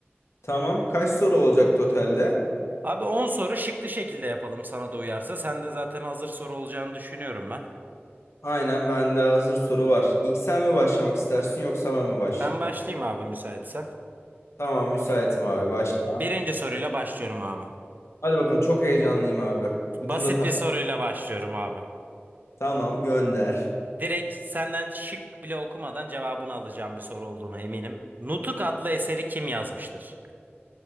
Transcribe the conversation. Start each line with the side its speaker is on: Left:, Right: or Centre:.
Left: Tamam kaç soru olacak totalde?
Right: Abi 10 soru şıklı şekilde yapalım sana da uyarsa. Sen de zaten hazır soru olacağını düşünüyorum ben.
Left: Aynen bende hazır soru var. İlk sen mi başlamak istersin yoksa ben mi başlayayım?
Right: Ben başlayayım abi müsaitse.
Left: Tamam müsaitim abi başla.
Right: Birinci soruyla başlıyorum abi.
Left: Hadi bakalım çok heyecanlıyım abi. Ucunda
Right: Basit
Left: tatlı.
Right: bir soruyla başlıyorum abi.
Left: Tamam gönder.
Right: Direkt senden şık bile okumadan cevabını alacağım bir soru olduğuna eminim. Nutuk adlı eseri kim yazmıştır?